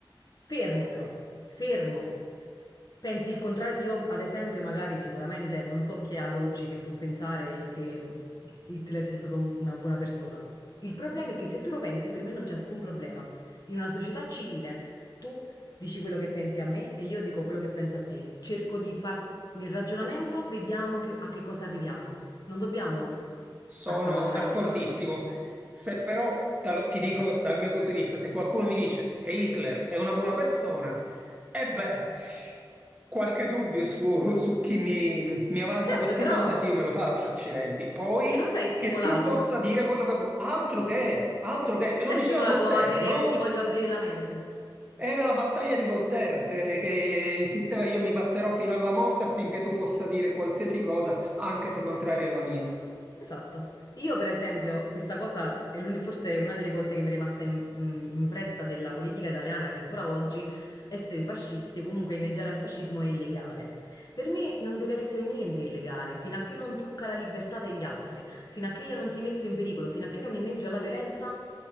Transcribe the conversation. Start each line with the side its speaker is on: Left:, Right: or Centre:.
Left: Fermo però, fermo. Pensi il contrario? Io, ad esempio, magari sicuramente non so chi è ad oggi che può pensare il- che Hitler sia stato un- una buona persona. Il problema è che se tu lo pensi, per me non c'è alcun problema. In una società civile tu dici quello che pensi a me e io dico quello che penso a te. Cerco di far nel ragionamento, vediamo che- a che cosa arriviamo. Non dobbiamo
Right: Sono
Left: accavallare
Right: d'accordissimo.
Left: sopra.
Right: Se però te lo- ti dico dal mio punto di vista, se qualcuno mi dice che Hitler è una buona persona, e beh, qualche dubbio su, su chi mi, mi avanza
Left: Certo,
Right: questa
Left: però,
Right: ipotesi, io me lo faccio, accidenti. Poi
Left: e non sei stimolato.
Right: che tu possa dire quello che vuoi, altro che, altro che,
Left: Non
Right: e lo
Left: sei
Right: diceva
Left: stimolato
Right: Voltaire,
Left: a dire
Right: no?
Left: ti voglio aprire la mente.
Right: Era la battaglia di Voltaire che, che insisteva io mi batterò fino alla morte affinché tu possa dire qualsiasi cosa, anche se contraria alla mia.
Left: Esatto. Io, per esempio, questa cosa è l'uni- forse è una delle cose che mi è rimasta im- mh, impressa della politica italiana, che ancora oggi essere fascisti o comunque inneggiare al fascismo è illegale. Per me non deve essere niente illegale, fino a che non tocca la libertà degli altri, fino a che io non ti metto in pericolo, fino a che non inneggio alla violenza,